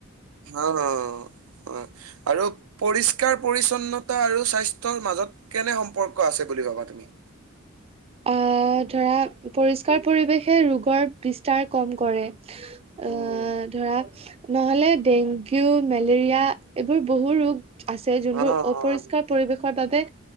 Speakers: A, on the right (about 80°); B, on the right (about 30°).
A: হা অ। হয় আৰু পৰিস্কাৰ পৰিচ্ছন্নতা আৰু স্বাস্থ্যৰ মাজত কেনে সম্পৰ্ক আছে বুল বুলি ভাবা তুমি?
B: আহ ধৰা পৰিষ্কাৰ পৰিৱেশে ৰোগৰ বিস্তাৰ কম কৰে। আ
A: উম,
B: ধৰা নহলে ডেংগু মেলেৰিয়া এইবোৰ বহু ৰোগ আছে যোনবোৰ
A: অ',
B: অপৰিষ্কাৰ পৰিৱেশৰ বাবে